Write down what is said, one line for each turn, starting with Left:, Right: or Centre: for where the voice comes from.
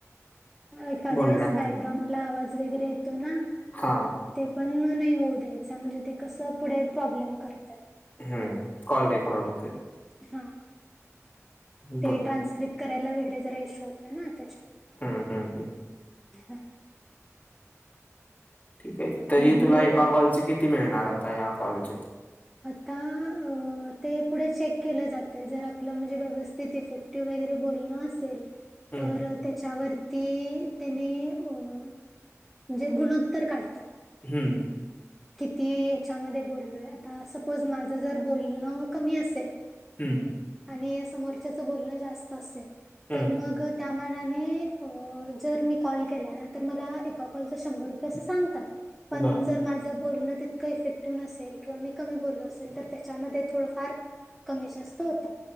Centre: एखाद्या
Left: बोलण्यात
Centre: वेळेस बॅकग्राउंड ला आवाज वगैरे येतो ना,
Left: हा,
Centre: ते पण नाही होऊ द्यायचा. म्हणजे ते कसं पुढे प्रॉब्लेम करतंय.
Left: हम्म, कॉल रेकॉर्ड होते.
Centre: हा,
Left: बर
Centre: ते ट्रान्स्क्रिप्ट करायला वगैरे जरा इश्यू होत ना, त्याच्यामुळ.
Left: हम्म हम्म हम्,
Centre: हा,
Left: ठीक आहे. तरी
Centre: मम्मी
Left: तुला
Centre: वगैरे
Left: एका कॉलचे किती मिळणार आता ह्या कॉलचे.
Centre: आता अ ते पुढे चेक केलं जाते. जर आपलं म्हणजे व्यवस्थित इफेक्ट क्टिव वगैरे बोलणं असेल.
Left: हम्म
Centre: तर त्याच्यावरती त्यानी अ म्हणजे गुणोत्तर काढतात.
Left: हम्म,
Centre: किती ह्याच्यामध्ये बोललोय. आता सपोज माझं जर बोलणं कमी असेल.
Left: हम्म,
Centre: आणि समोरच्याच बोलणं जास्त असेल.
Left: हम्म
Centre: तर मग त्यामानाने जर मी कॉल केला ना, तर मला एका कॉलचा शंभर रुपये असं सांगतात. पण
Left: बर
Centre: जर माझं बोलणं तितकं इफेक्टिव्ह नसेल किंवा मी कमी बोलो असेल तर त्याच्यामध्ये थोडंफार कमी जास्त होतात.